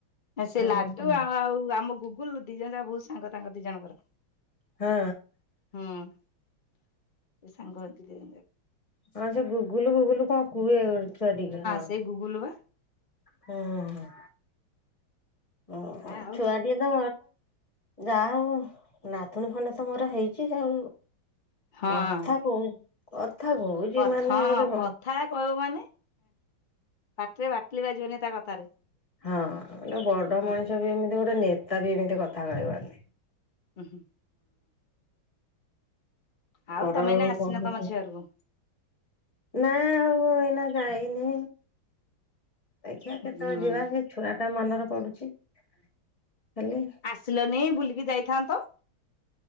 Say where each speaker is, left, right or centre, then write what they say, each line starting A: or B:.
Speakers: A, on the left; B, on the left.
A: ସେ
B: ଆଉ
A: ଲାଡୁ
B: କଣ
A: ଆ ଆଉ ଆମ ଗୁଗୁଲ ଦି ଜଣ ଯା ବହୁତ ସାଙ୍ଗ ସାଙ୍ଗ ଦି ଜଣଙ୍କର
B: ହୁଁ
A: ହୁଁ ଏ ସାଙ୍ଗ ହନ୍ତି
B: ଆଁ ସେ ଗୁଗୁଲ ଗୁଗୁଲ କଣ କୁହେ ଠିକ ହଁ
A: ସେଇ ଗୁଗୁଲୁ ବା।
B: ହଁ ହଁ ହଁ
A: ଆଉ
B: ଛୁଆଟିଏ ଯା ହଉ ନଥୁଣୀ ଖଣ୍ଡେ ତ ମୋର ହେଇଛି ଆଉ
A: ହଁ
B: କଥା କହୁ କଥା କହୁଛି
A: କଥା
B: ମାନେ
A: ହଁ
B: ଗୋଟେ
A: କଥା କହିବ ମାନେ ପାଟିରେ ବାଟୁଳି ବାଜିବନି ତା କଥାରେ
B: ହଁ ଗୋଟେ ବଡ
A: ହୁଁ
B: ମଣିଷ ବି ଏମିତି ଗୋଟେ ନେତା ବି ଏମିତି କଥା କହିବନି
A: ହୁଁ ଆଉ
B: ଘର
A: ତମେ ଏଇନା ଆସିନ
B: କଣ
A: ତମ ଝିଅ ଘରକୁ?
B: ନା ଆଉ ଏଇନା ଯାଇନି ଦେଖିବା କେତେବେଳେ
A: ହୁଁ
B: ଯିବା ସେ ଛୁଆଟା ମନରେ ପଡୁଛି ଖାଲି।
A: ଆସିଲନି ବୁଲିକି ଯାଇଥାନ୍ତ।